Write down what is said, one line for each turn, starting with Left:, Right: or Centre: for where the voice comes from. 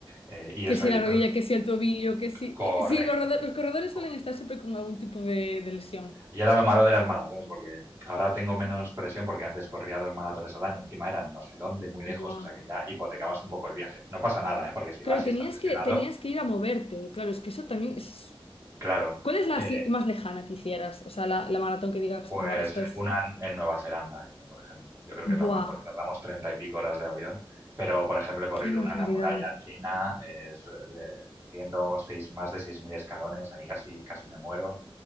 Right: eh, y
Left: que
Right: eso,
Left: si
Right: y
Left: la
Right: entonces,
Left: rodilla, que si el tobillo, que si...
Right: correcto,
Left: eh, sí, los, roda- los corredores
Right: correcto.
Left: suelen estar siempre con algún tipo de, de lesión.
Right: Y era lo malo de las maratones, porque ahora tengo menos presión porque antes corría dos maratones al año, encima eran no sé dónde, muy lejos,
Left: Buah.
Right: o sea que ya hipotecabas un poco el viaje. No pasa nada, ¿eh? porque si vas
Left: Claro, tenías
Right: y estás lesionado,
Left: que, tenías que ir a moverte. Claro, es que eso también es...
Right: claro,
Left: ¿Cuál es la
Right: eh,
Left: así más lejana que hicieras? O sea, la, la maratón que digas, buah,
Right: es
Left: esta es...
Right: una en Nueva Zelanda, de hecho, por ejemplo. Yo creo que es la
Left: Buah.
Right: más, porque tardamos treinta y pico horas de avión, pero por ejemplo he corrido
Left: Qué barbaridad.
Right: una en la muralla china, eh, su- le- subiendo seis, más de 6.000 escalones, ahí casi, casi me muero.